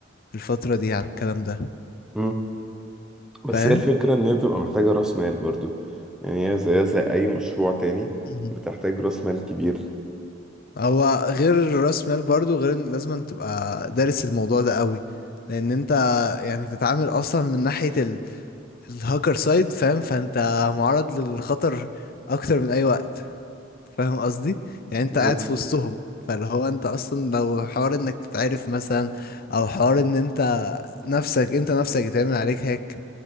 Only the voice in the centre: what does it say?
مم. بس
هي الفكرة إن هي بتبقى محتاجة رأس مال برضو يعني هي زيها زي أي مشروع تاني
بتحتاج رأس مال كبير
بالظبط